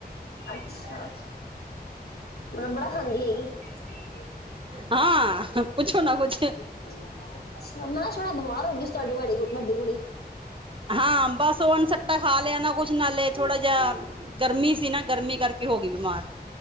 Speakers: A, on the left (about 70°); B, on the right (about 30°).
A: ਅੱਛਾ, ਮਲਬ ਬੜਾ ਖਾਂਦੀ ਏ ਕੀ?
B: ਹਾਂ, ਪੁੱਛੋ ਨਾ ਕੁਛ।
A: ਮੈਂ ਸੁਣਿਆ ਬੀਮਾਰ ਹੋ ਗਈ ਸੀ ਤੁਆਡੀ ਵ ਵੱਡੀ ਕੁੜੀ।
B: ਹਾਂ, ਬਸ ਓ ਅਨਸਟਾ ਖਾ ਲਿਆ ਨਾ, ਕੁਛ ਨਾਲੇ ਥੋੜਾ ਜਿਹੀ ਗਰਮੀ ਸੀ ਨਾ। ਗਰਮੀ ਕਰਕੇ ਹੋ ਗਈ ਬਿਮਾਰ।